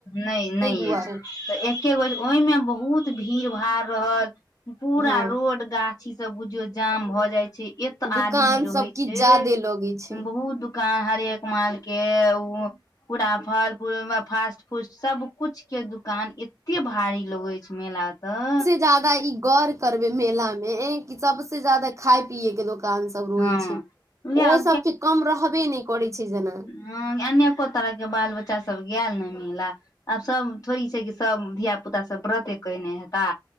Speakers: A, on the left (about 45°); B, on the right (about 40°).
A: ने ने
B: ताहि दुआरे
A: अछि त एके गो ओहिमे बहुत भीड़ भाड़ रहल पूरा
B: हँ
A: रोड गाछ सभ बुझियो जाम भऽ जाइ छै। एत
B: दुकान
A: आदमी रहै
B: सब किछ
A: छै।
B: ज्यादे लगै छै
A: बहुत दुख कान हरेक मालके ओ पूरा फल पू फास्ट फूड सबकिछु के दुकान एते भारी लगै छै मेला तऽ
B: जादा ई गौर करबे मेला में ए कि सबसे जादा खाय पिये के दोकान से सभ रोय
A: हँ
B: छै।
A: उएह
B: ओ सबके कम रहबे नहि करै छै। जेना
A: ह अनेको तरहके बाल बच्चा सब ग ने मिला आब सभ थोड़ी छै कि सभ धिय पुता सब व्रते कने हेता